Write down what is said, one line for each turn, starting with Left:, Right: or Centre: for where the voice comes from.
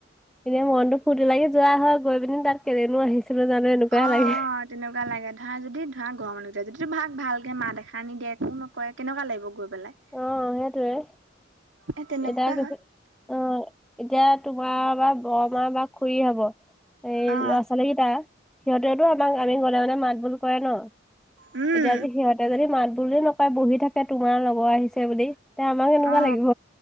Centre: এনে মনতটো ফূৰ্তি লাগি যোৱা হয়, গৈ পিনি তাত কেলেনো আহিছিলো জানো এনেকুৱাই
Right: অ
Centre: লাগে।
Right: অ তেনেকুৱা লাগে ধৰা যদি ধৰা ঘৰ মানুহকেইটা যদি ভাক ভালকে মাত এখাৰ নিদিয়ে একো নকয় কেনেকুৱা লাগিব গৈ পেলাই।
Centre: অ', সেইটোৱেই
Right: এ তেনেকুৱা
Centre: এতিয়া যদি
Right: হয়
Centre: অ'। এতিয়া তোমাৰ বা বৰমাৰ বা খুৰী হব এই
Right: অ
Centre: ল'ৰা ছোৱালীকেইটা। সিহঁতেওতো আমাক আমি গ'লে মানে মাত বোল কৰে ন'
Right: উম
Centre: এতিয়া যে সিহঁতে যদি মাত বোলো নকৰে বহি থাকে তোমাৰ লগৰ আহিছে বুলি তেন্তে আমাৰ কেনেকুৱা
Right: অ
Centre: লাগিব